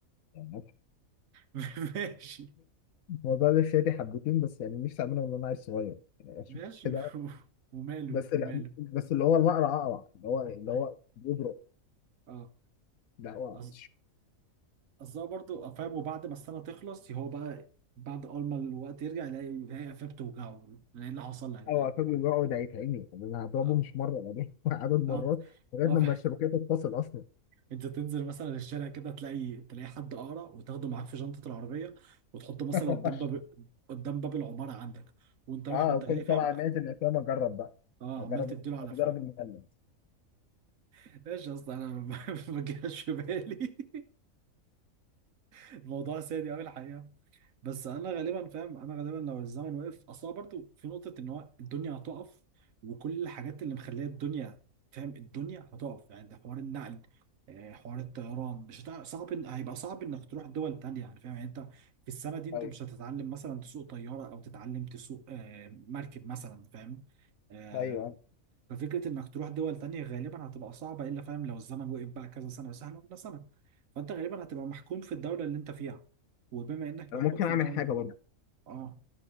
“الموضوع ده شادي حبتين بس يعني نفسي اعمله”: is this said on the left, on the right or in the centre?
Left